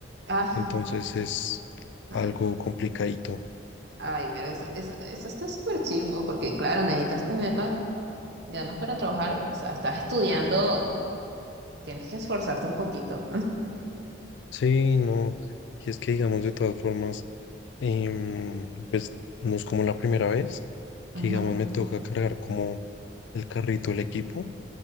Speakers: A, on the right (about 55°); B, on the left (about 65°).
A: Ah,
B: entonces es algo
A: ah,
B: complicadito.
A: ay, pero eso, eso, eso está súper chimbo, porque claro, necesitas tenerla Ya no es para trabajar, o sea, estás estudiando, tienes que esforzarte un poquito.
B: Sí, no, y es que digamos de todas formas, em, pues no es como la primera vez que
A: Ujú.
B: digamos me toca cargar como el carrito, el equipo,